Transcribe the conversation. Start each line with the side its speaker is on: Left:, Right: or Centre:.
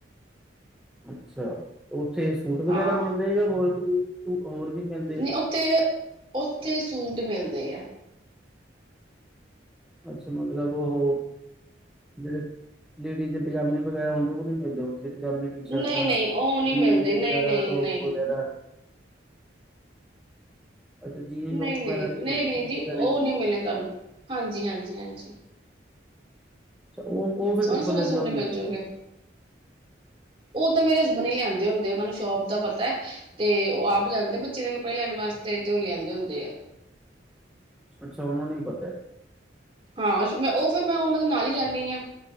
Centre: ਅੱਛਾ। ਉੱਥੇ ਸੂਟ ਵਗੈਰਾ
Right: ਹਾਂ
Centre: ਮਿਲਦੇ, ਯਾ ਹੋਰ ਵੀ ਹੋਰ ਵੀ ਮਿਲ
Right: ਨਹੀਂ, ਉੱਥੇ, ਉੱਥੇ ਸੂਟ ਮਿਲਦੇ ਆ।
Centre: ਅੱਛਾ, ਮਤਲਬ ਉਹ ਜਿਹੜੇ ਲੇਡੀਜ਼ ਦੇ ਪਜਾਮੇ ਵਗੈਰਾ ਹੁੰਦੇ, ਉਹਨੀ ਮਿਲਦੇ ਉੱਥੇ ਪਜਾਮੇ ਟੀ-ਸ਼ਰਟਾ,
Right: ਨਹੀਂ ਨਹੀਂ ਉਹ ਨਹੀਂ
Centre: ਜੀਨਸ
Right: ਮਿਲਦੇ ਨਹੀਂ
Centre: ਵਗੈਰਾ,
Right: ਨਹੀਂ
Centre: ਟੌਪ
Right: ਨਹੀਂ
Centre: ਵਗੈਰਾ। ਅੱਛਾ ਜੀਨ
Right: ਨਹੀਂ-ਨਹੀਂ,
Centre: ਟੋਪ ਵਗੈਰਾ ਨਹੀਂ ਮਿਲਦੇ
Right: ਨਹੀਂ-ਨਹੀਂ
Centre: ਸੂਟ
Right: ਜੀ,
Centre: ਵਗੈਰਾ
Right: ਉਹ
Centre: ਹੀ ਮਿਲਦੇ
Right: ਨਹੀਂ ਮਿਲਣੇ ਤੁਹਾਨੂੰ ਹਾਂਜੀ, ਹਾਂਜੀ-ਹਾਂਜੀ।
Centre: ਅੱਛਾ। ਉਹ ਫਿਰ,
Right: ਸੋਹਣੇ
Centre: ਕਿੱਥੋਂ
Right: ਸੋਹਣੇ
Centre: ਲੈਂਦੇ
Right: ਸੂਟ
Centre: ਹੁੰਨੇ?
Right: ਮਿਲ ਜੂਗੇ ਉਹ ਤਾ ਮੇਰੇ ਹਸਬੈਂਡ ਹੀ ਲਿਆਂਦੇ ਹੁੰਦੇ ਆ, ਉਹਨਾਂ ਨੂੰ ਸ਼ੋਪ ਦਾ ਪਤਾ ਹੈ ਤੇ, ਉਹ ਆਪ ਜਾਂਦੇ ਬੱਚਿਆਂ ਦੇ ਕੱਪੜੇ ਲਿਆਣ ਵਾਸਤੇ, ਤੇ ਉਹ ਲਿਆਂਦੇ ਹੁੰਦੇ ਆ।
Centre: ਅੱਛਾ, ਉਹਨਾ ਨੁੰ ਹੀ‌ ਪਤਾ ਏ?
Right: ਹਾਂ, ਮੈਂ ਉਹ ਫਿਰ ਮੈਂ, ਉਹਨਾਂ ਦੇ ਨਾਲ ਹੀ ਜਾਨੀ ਆ।